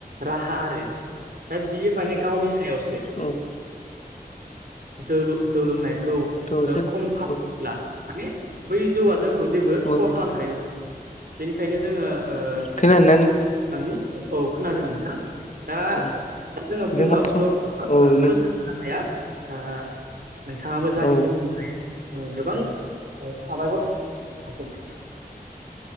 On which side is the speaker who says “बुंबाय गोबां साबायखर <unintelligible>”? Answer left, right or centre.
Right